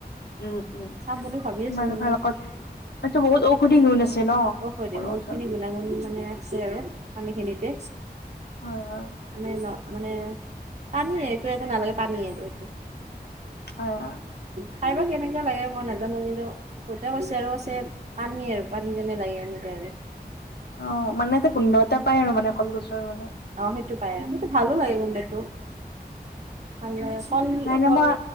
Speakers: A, on the left; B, on the right.
A: উম উম
B: চাম বুলি ভাবি আছো
A: মানভুক
B: মানে
A: কল এইটো বহুত ঔষধি গুণ আছে ন
B: অ হয় দে
A: কলগছৰ
B: বহুত খিনি গুণাগুণ মানে আছে আৰু পানী খিনিতে
A: হয় হয়
B: মানে ন মানে পানী এটো একো নালাগে পানীনিয়ে এইটো
A: হয় হয়
B: খাইবা কেনেকুৱা লাগে মই নাজানো কিন্তু বহুতে কৈছে আৰু কছে পানী আৰু পানী যে নে লাগে এনেকে আৰু
A: অ মানে যে গোন্ধ এটা পাই আৰু মানে কলগছৰ মানে
B: অ সেইটো পাই সেইটো ভালো লাগে গোন্ধটো। ভাল লাগে কল
A: নাই নাই
B: কল
A: মই